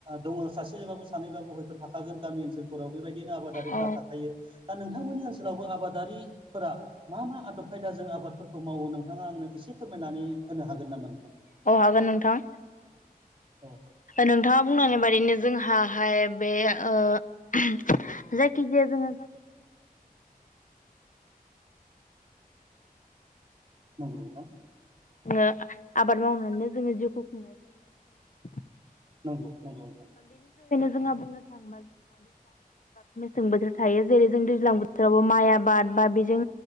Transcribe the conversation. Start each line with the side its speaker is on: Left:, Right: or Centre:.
Right: दङ सासे एबा सानैबाबो हयथ' थाखागोन गामि ओनसोलफोराव बेबायदिनो आबादारिफोरा
Left: औ
Right: थाखायो। दा नोंथांमोननि ओनसोलावबो आबादारिफोरा मा मा आदब खायदाजों आबादफोरखौ मावो नोंथाङा आंनो एसे फोरमायनानै होनो हागोन नामा नोंथां?
Left: औ हागोन नोंथां
Right: औ
Left: नोंथाङा बुंलांनाय बायदि नो जोंहा हाय बे जायखिजाया जोङो
Right: <inaudible> नंगौ नोंथां।
Left: जोङो आबाद मावनानैनो जोङो जिउखौ खुंनाय जायो आरोना।
Right: नंगौ नंगौ नोंथां।
Left: जों बुंनो थाङोबा जों मेसें बोथोर थायो जेरै जों दैज्लां बोथोरावबो माइ आबाद बा बेजों